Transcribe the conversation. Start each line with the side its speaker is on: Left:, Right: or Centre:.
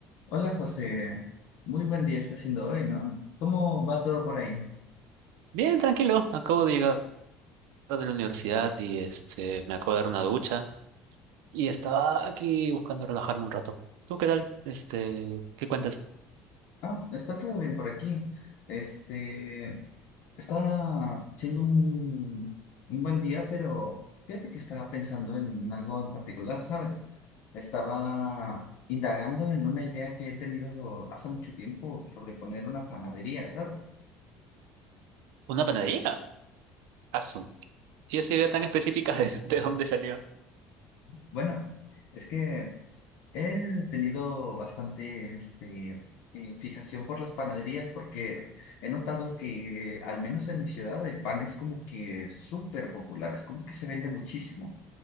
Left: Hola José, muy buen día está siendo hoy, ¿no? ¿Cómo va todo por ahí?
Right: Bien, tranquilo. Acabo de llegar de la universidad y este me acabo de dar una ducha y estaba aquí buscando relajarme un rato. ¿Tú qué tal? Este, ¿qué cuentas?
Left: Ah, está todo bien por aquí. Este, está siendo un, un buen día, pero fíjate que estaba pensando en algo en particular, ¿sabes? Estaba indagando en una idea que he tenido hace mucho tiempo sobre poner una panadería, ¿sabes?
Right: ¿Una panadería? Azul. ¿Y esa idea tan específica <laughs> de, de dónde salió?
Left: Bueno, es que He tenido bastante este, eh, fijación por las panaderías porque he notado que, al menos en mi ciudad, el pan es como que súper popular, es como que se vende muchísimo.